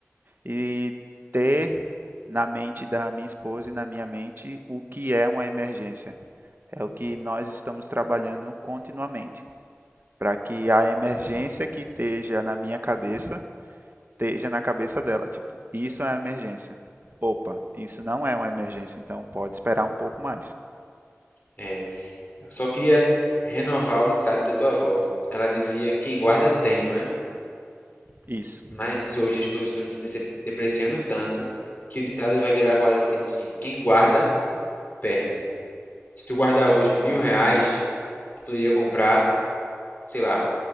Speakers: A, on the right; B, on the left.
A: E ter na mente da minha esposa e na minha mente o que é uma emergência. É o que nós estamos trabalhando continuamente para que a emergência que esteja na minha cabeça esteja na cabeça dela. Tipo, isso é uma emergência. Opa, isso não é uma emergência, então pode esperar um pouco mais.
B: É, eu só queria renovar o ditado da tua avó. Ela dizia: quem guarda tem, não é?
A: Isso.
B: Mas hoje as coisas estão se dece- depreciando tanto que o ditado vai virar quase tipo assim: quem guarda, perde. Se tu guardar hoje mil reais, tu poderia comprar, sei lá,